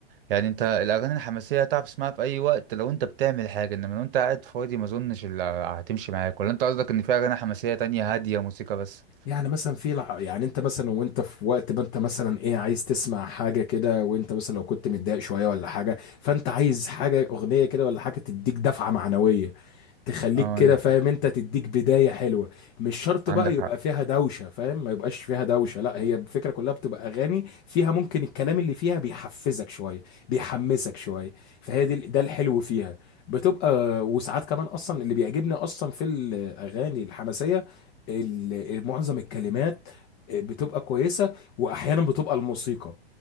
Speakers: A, on the right; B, on the left.
A: يعني انت الاغاني الحماسيه هتعرف تسمعها في اي وقت لو انت بتعمل حاجه انما لو انت قاعد فاضي ما اظنش اللي هتمشي معاك ولا انت قصدك ان في اغاني حماسيه تانية هاديه موسيقى بس
B: يعني مثلا في لح- يعني انت مثلا وانت في وقت ما انت مثلا ايه عايز تسمع حاجه كده وانت مثلا لو كنت متضايق شويه ولا حاجه فانت عايز حاجه اغنيه كده ولا حاجه تديك دفعه معنويه تخليك
A: اه
B: كده
A: انا
B: فاهم
A: فاهم
B: انت تديك بداية حلوة مش شرط
A: عندك
B: بقى يبقى
A: حق
B: فيها دوشة فاهم ما يبقاش فيها دوشة لا هي الفكرة كلها بتبقى اغاني فيها ممكن الكلام اللي فيها بيحفزك شوية بيحمسك شوية فهي دي ده الحلو فيها بتبقى وساعات كمان اصلا اللي بيعجبني اصلا في الاغاني الحماسية ال- معظم الكلمات بتبقى كويسة واحيانا بتبقى الموسيقى